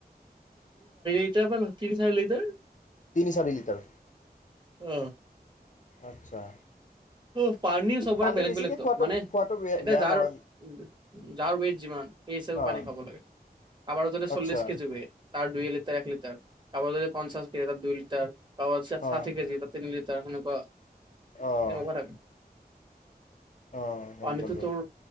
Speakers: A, on the right; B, on the left.
A: <unintelligible> তিন-চাৰি লিটাৰ।
B: তিনি-চাৰি লিটাৰ,
A: অ
B: আচ্ছা!
A: ত' পানী চবৰে
B: পানী
A: বেলেগ-বেলেগতো
B: বেছিকে খোৱাটো
A: মানে
B: খোৱাটো বেয়া
A: এতিয়া
B: বেয়া
A: যাৰ-যাৰ,
B: নহয়
A: ওৱেইট যিমান সেই হিচাপে
B: অ'
A: পানী খাব লাগে। কাবাৰো যদি
B: আচ্ছা।
A: চল্লিশ কেজি ওৱেইট তাৰ দুই লিটাৰ, এক লিটাৰ কাৰোবাৰ যদি পঞ্চাছ দুই লিটাৰ অঅৱশ্যে
B: অ'
A: ষাঠি কেজি, তিনি লিটাৰ সেনেকুৱা।
B: অ'
A: এনেকুৱা থাকে।
B: অ' গম
A: পানীটো
B: পালোঁ।
A: তোৰ